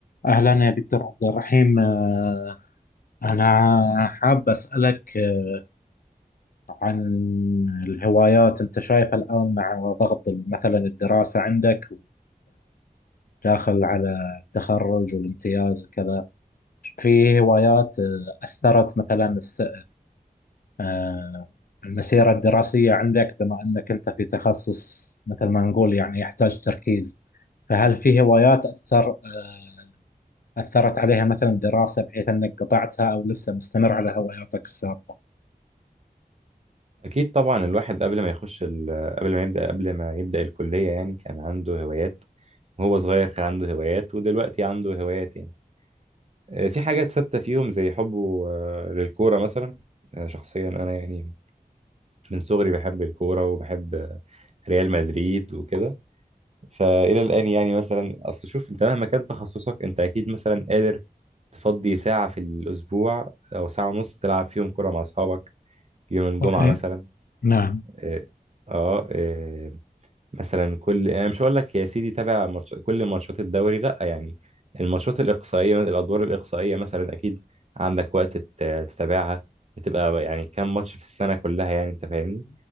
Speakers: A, on the left; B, on the right.
A: أهلا يا دكتور عبد الرحيم آه، أنا حاب أسألك آه، عن الهوايات أنت شايف الآن مع ضغط مثلا الدراسة عندك داخل على التخرج والامتياز وكذا في هوايات آه، أثرت مثلا الس- آه، المسيرة الدراسية عندك بما أنك أنت في تخصص مثل ما نقول يعني يحتاج تركيز فهل في هوايات أثر آه، أثرت عليها مثلا دراسة بحيث أنك قطعتها أو لسه مستمر على هواياتك السابقة
B: أكيد طبعا الواحد قبل ما يخش ال... قبل ما يبدأ قبل ما يبدأ الكلية يعني كان عنده هوايات وهو صغير كان عنده هوايات ودلوقتي عنده هوايات يعني آه، في حاجات ثابتة فيهم زي حبه آه، للكورة مثلا آه، شخصيا أنا يعني من صغري بحب الكورة وبحب آه، ريال مدريد وكده فإلى الآن يعني مثلا أصل شوف أنت مهما كان تخصصك أنت أكيد مثلا قادر تفضي ساعة في الأسبوع أو ساعة ونص تلعب فيهم كورة مع أصحابك يوم الجمعة
A: صحيح
B: مثلا
A: نعم
B: اه آه، مثلا كل انا مش هقول لك يا سيدي تابع ماتش... كل ماتشات الدوري لا يعني الماتشات الاقصائيه الادوار الاقصائيه مثلا اكيد عندك وقت تت- تتابعها بتبقى يعني كام ماتش في السنه كلها يعني انت فاهمني